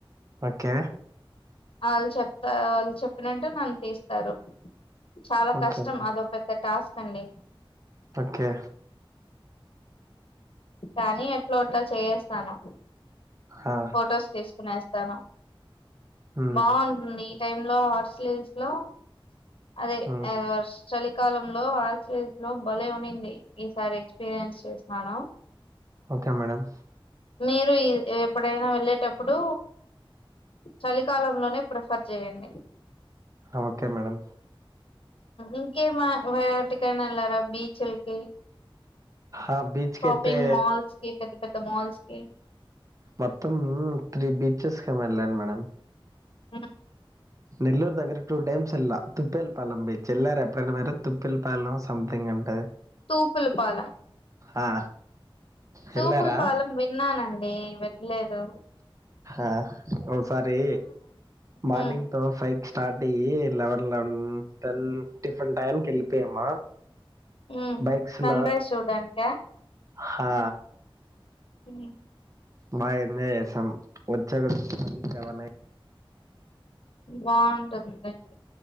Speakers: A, on the right; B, on the left.
A: ఓకే
B: వాళ్ళు చెప్తా వాళ్ళు చెప్పినట్టు నన్ను తీస్తారు చాలా
A: ఓకే
B: కష్టం
A: మేడం
B: అదో పెద్ద టాస్క్ సండే
A: ఓకే
B: కానీ ఎట్లా అట్లా చేయస్తాను
A: ఆ
B: ఫొటోస్ తీసుకునేస్ తన
A: మ్మ్
B: బా <unintelligible> టైమ్ లో హార్స్లీ హిల్స్ లో అదే
A: మ్మ్
B: చలికాలంలో హార్స్ హిల్స్ లో బలే ఉనింది ఈసారి ఎక్స్పీరియన్స్ చేస్తున్నాను
A: ఓకే మేడం
B: మీరు ఎప్పుడైనా వెళ్ళేటప్పుడు చలికాలంలోనే ప్రిఫర్ చేయండి
A: ఓకే మేడం
B: ఇంకేమీ వాటికైనా వెళ్ళారా బీచ్లకి
A: ఆ బీచ్కైతే
B: షాపింగ్ మాల్స్ కి పెద్ద పెద్ద మాల్స్ కి
A: మత్తం త్రిబి వచ్చేస్క వెళ్లను మేడం
B: ఆ
A: నెల్లూరు దగ్గర two times Ella తుప్పల్ Palem by చెల్లారు ఎప్పుడైనా వేరు తుప్పల్ పాలెం సోమ్ థింగ్ ఉంటది
B: కూకులు పాల
A: ఆ
B: తూపుల్
A: వెళ్ళారా
B: పాలం విన్నానండి నే పెట్టలేదు
A: ఆ ఓ సారీ మార్నింగ్
B: హ్మ్.
A: తో ఫైవ్ స్టార్ట్ అయ్యి లెవెన్ లెవెన్ టెన్ టిఫిన్ టైయానికి వెళ్ళిపోయామా
B: హు
A: బైక్స్
B: సన్
A: లో
B: రైస్ చూడడానికా
A: హా
B: హు
A: మా ఎంజాయ్ చేశాం ఇక సెవెన్ సెవెన్ నైన్
B: బాగుంటందండి